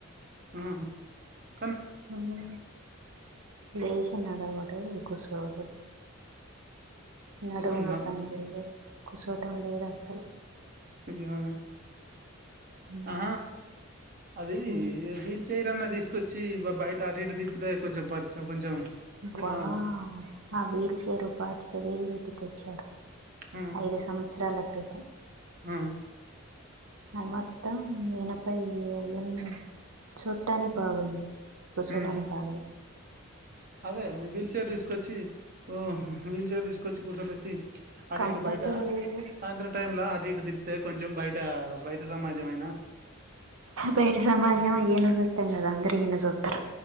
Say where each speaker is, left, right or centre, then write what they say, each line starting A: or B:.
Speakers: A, on the right (about 45°); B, on the right (about 85°).
A: మ్ హు
B: మ్ లేేసి నడవడు కుసోడు నడుములు
A: కూర్చొని
B: పనిజెయ్యవ్
A: న
B: కుసోటం లేదు అస్సలు
A: అయ్యో
B: ఉమ్
A: ఆ అది
B: ఉమ్,
A: వీల్ చైర్ అన్నా తీస్ కొచ్చి బ్ బయట అటీటు తిప్పితే కొంచం పరిచ కొంచెం
B: వావ్
A: ఆ
B: ఆ వెయిల్ చైరు ఓ పాతిక వేలు పెట్టి తెచ్చారు
A: ఆ
B: ఐదు సంవత్సరాల క్రితం
A: ఆ
B: అది మొత్తం ఎనబై అయింది చుట్టానికి బాగుంది కొచ్చోడానికి
A: ఉమ్
B: బాగలే
A: అదే మీ వీల్ చైర్ తీసుకొచ్చి ఓ వీల్చైర్ తీసుకొచ్చి కూచోబెట్టి అటు
B: కంఫర్ట్గా
A: ఇటు బయట
B: లేదు
A: సాయంత్రం టైమ్లా అటు ఇటు తిప్పితే కొంచెం బయట బయట సమాజం అయినా
B: బయట సమాజం ఈయన్ను సుట్టం లేదు అందరూ ఈయన్ని సూత్తరు